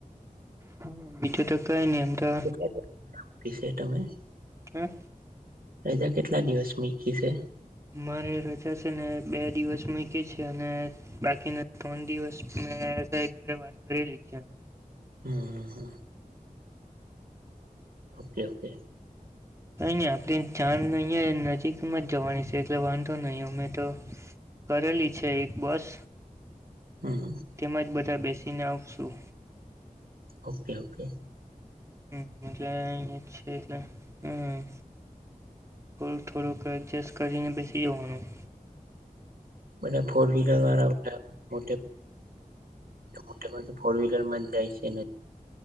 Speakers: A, on the right; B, on the right.
A: હા બીજું તો કઈ નહી એમ
B: <unintelligible>
A: તો
B: તમે
A: હમ
B: રજા કેટલા દિવસ મીકી છે
A: મારે રજા છે ને બે દિવસ મૂકી છે અને બાકીના ત્રણ દિવસ મે સાહેબ વાત કરેલી છે
B: હમ ઓકે ઓકે.
A: કઈ ની આપણી જાન અહીંયા નજીકમાં જ જવાની છે એટલે વાંધો નહી અમે તો કરેલી છે એક બસ
B: હમ
A: તેમાં જ બધા બેસીને આવશું.
B: Okay okay.
A: હમ્મ છે એટલે હમ્મ થોડુંક થોડુંક એડજસ્ટ કરીને બેસી જવાનું.
B: બધા ફોર વ્હીલર વાળા <unintelligible> એટલે મોટે ભાગે ફોર વ્હીલર માં જાય છે ને.